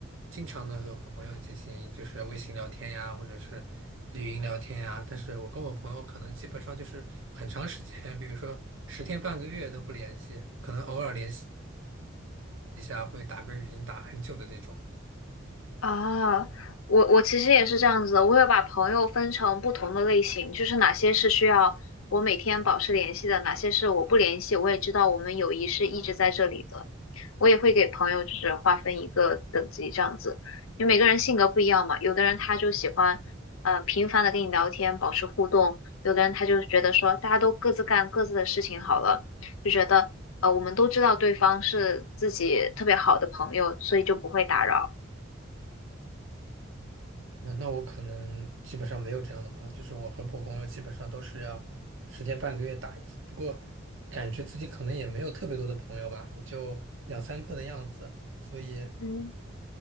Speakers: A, on the right; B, on the left.
A: 经常的和朋友进行就是微信聊天呀，或者是语音聊天呀，但是我跟我朋友可能基本上就是很长时间，比如说十天半个月都不联系，可能偶尔联系一下会打个语音打很久的那种。
B: 啊，我我其实也是这样子的，我会把朋友分成不同的类型，就是哪些是需要我每天保持联系的，哪些是我不联系，我也知道我们友谊是一直在这里的。我也会给朋友就是划分一个等级这样子，因为每个人性格不一样嘛，有的人他就喜欢呃频繁的跟你聊天，保持互动，有的人他就觉得说大家都各自干各自的事情好了，就觉得呃我们都知道对方是自己特别好的朋友，所以就不会打扰。
A: 那那我可能基本上没有这样的朋友，就是我和我朋友基本上都是要十天半个月打一次，不过感觉自己可能也没有特别多的朋友吧，也就两三个的样子，所以
B: 嗯，